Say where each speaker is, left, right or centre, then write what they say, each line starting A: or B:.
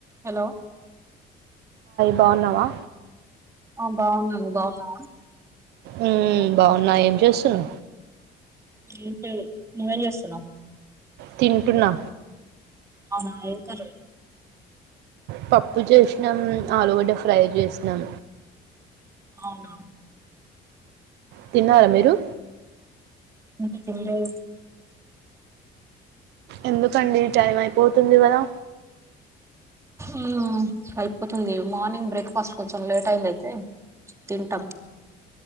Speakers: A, on the right; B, on the right.
A: Hello
B: బావున్నావా
A: ఆ బావున్నా నువ్ బావున్నావా
B: ఉమ్మ్ బావున్నా ఏం చేస్తున్
A: ఏంటి నువ్వేం చేస్తున్నావ్
B: తింటున్నా
A: అవునా ఏ కలర్
B: పప్పు చేసినాం ఆలుగడ్డ ఫ్రై చేసినాం
A: అవునా
B: తిన్నారా మీరు
A: ఇంక తిన్లేదు
B: ఎందుకండి టైం ఐపోతుంది గదా
A: ఊ అయిపోతుంది మార్నింగ్ బ్రేక్ఫాస్ట్ కొంచెం లేట్ అయింది అయితే తింటం